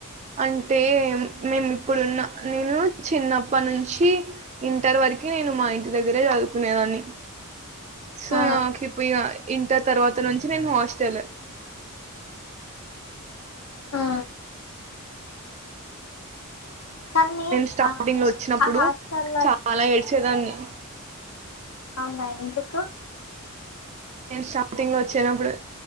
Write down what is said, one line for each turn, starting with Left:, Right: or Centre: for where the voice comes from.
Right: అంటే మేము ఇప్పుడున్న నేను చిన్నప్ప నుంచి ఇంటర్ వరకి నేను మా ఇంటి దగ్గరే చదువుకునేదాన్ని సో
Left: ఆ
Right: నాకు ఇ ఇంటర్ తర్వాత నుంచి నేను హాస్టల్
Left: ఆ కానీ
Right: స్టార్టింగ్
Left: ఆ
Right: లో వచ్చినప్పుడు
Left: ఆ హాస్టల్లో
Right: చాలా ఏడ్చేదాన్ని
Left: అవునా ఎందుకు
Right: స్టార్టింగ్ వోచ్ చిన్నప్పుడు